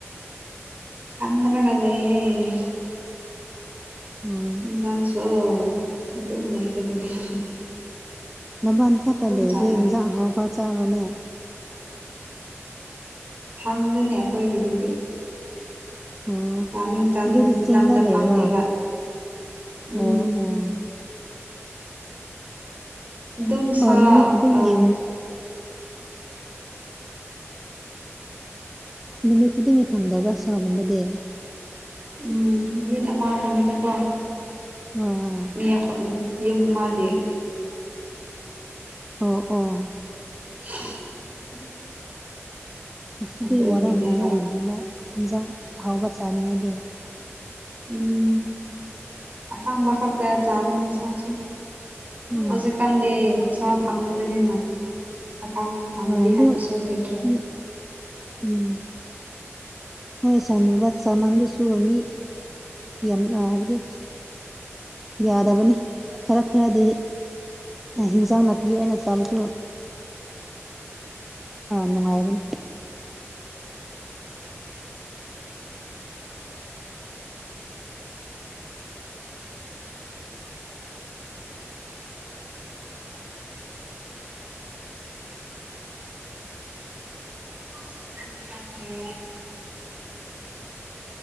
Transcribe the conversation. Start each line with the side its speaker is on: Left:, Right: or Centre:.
Right: ꯈꯟꯔꯒ ꯂꯩꯌꯦ
Centre: ꯎꯝ
Right: ꯏꯟꯖꯥꯡꯁꯨ ꯑꯗꯨꯝ ꯂꯩꯇꯕꯅꯤ
Centre: ꯅꯕꯥꯅꯤ ꯈꯛꯇ ꯂꯩꯔꯗꯤ
Right: ꯆꯥꯔꯅꯤ
Centre: ꯏꯟꯖꯥꯡ ꯑꯍꯥꯎꯕ ꯆꯥꯔꯣꯅꯦ
Right: ꯍꯪꯗꯦꯅꯦ ꯑꯩꯈꯣꯏꯒꯤꯗꯗꯤ
Centre: ꯑꯣ
Right: ꯆꯥꯅꯤꯡ ꯆꯥꯅꯤꯡꯕ
Centre: ꯑꯗꯨꯗꯤ
Right: ꯃꯇꯝꯗ
Centre: ꯆꯤꯡꯗ ꯂꯩꯕ꯭ꯔꯥ
Right: ꯐꯪꯗꯦꯕ
Centre: ꯑꯣ
Right: ꯎꯝ
Centre: ꯑꯣ
Right: ꯑꯗꯨꯝ ꯁꯥ
Centre: ꯑꯣ ꯅꯨꯃꯤꯠ ꯈꯨꯗꯤꯡꯒꯤ
Right: ꯑ
Centre: ꯅꯨꯃꯤꯠ ꯈꯨꯗꯤꯡꯒꯤ ꯐꯪꯗꯕ꯭ꯔꯥ ꯁꯥꯒꯨꯝꯕꯗꯤ
Right: ꯎꯝ ꯅꯨꯃꯤꯠ ꯑꯃꯥ ꯒꯨꯝꯕꯗꯀꯣ
Centre: ꯑꯣ
Right: ꯃꯤ ꯑꯈꯣ ꯌꯨꯝ ꯃꯥꯒꯤ
Centre: ꯑꯣ ꯑꯣ
Right: <unintelligible>
Centre: ꯑꯁꯤꯗꯤ
Right: ꯑꯗꯨꯒꯤꯅꯦꯕ
Centre: ꯋꯥꯔꯝꯅꯤꯍꯦ ꯑꯗꯨꯨꯝꯕ ꯏꯟꯖꯥꯡ ꯑꯍꯥꯎꯕ ꯆꯥꯅꯤꯡꯉꯥꯏꯗꯤ
Right: ꯎꯝ ꯑ ꯀꯪꯕꯈꯛ ꯇ ꯆꯥꯗꯅ ꯏꯁꯥꯁꯨ
Centre: ꯎꯝ
Right: ꯍꯧꯖꯤꯛꯀꯥꯟꯗꯤ ꯆꯥ ꯐꯪꯒꯕꯅꯤꯅ ꯑꯀꯪ ꯀꯪꯕꯤꯍꯟꯕꯁꯨ
Centre: ꯍꯣꯏ ꯑꯗꯨ
Right: ꯂꯩꯇ꯭ꯔꯦ
Centre: ꯎꯝ ꯎꯝ ꯍꯣꯏ ꯁꯟꯒꯨꯝꯕ ꯆꯥꯃꯟꯗꯨꯁꯨ ꯃꯤ ꯌꯥꯝ ꯍꯥꯏꯕꯗꯤ ꯌꯥꯗꯕꯅꯤ ꯈꯔ ꯈꯔꯗꯤ ꯍꯤꯟꯖꯥꯡ ꯅꯥꯄꯤ ꯑꯣꯏꯅ ꯆꯥꯕꯁꯨ ꯅꯨꯡꯉꯥꯏꯕꯅꯦ
Right: <unintelligible>